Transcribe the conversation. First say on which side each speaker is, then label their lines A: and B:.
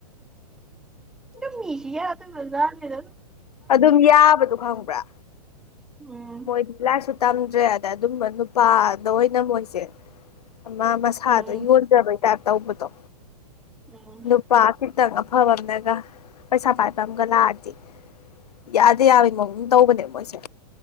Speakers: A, in the centre; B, on the left (about 70°).
A: ꯐ ꯃꯤꯁꯤ ꯌꯥꯗ ꯃꯖꯥ ꯍꯗꯣ
B: ꯑꯗꯨꯝ ꯌꯥꯕꯗꯣ ꯈꯪꯉ ꯄꯨ꯭ꯔ
A: ꯎꯝ
B: ꯃꯣꯏ ꯂꯥꯁ ꯇꯝꯗ꯭ꯔꯦ ꯑꯗ ꯑꯗꯨꯝꯕ ꯅꯨꯄꯥꯗ ꯑꯣꯏꯅ ꯃꯣꯏꯁꯦ ꯑꯃ ꯃꯁꯥꯗꯣ
A: ꯎꯝ
B: ꯌꯣꯟꯖꯕꯩꯇꯥꯥꯏꯞ ꯇꯧꯕꯗꯣ
A: ꯎꯝ
B: ꯅꯨꯄꯥꯁꯤ ꯈꯤꯇꯪ ꯑꯐꯕ ꯑꯃꯅꯒ ꯄꯩꯁꯥ ꯄꯥꯏꯕ ꯑꯃꯒ ꯂꯥꯛꯑꯗꯤ ꯌꯥꯗ ꯌꯥꯕꯒꯤ ꯃꯑꯣꯡ ꯇꯧꯕꯅꯦ ꯃꯣꯏꯁꯦ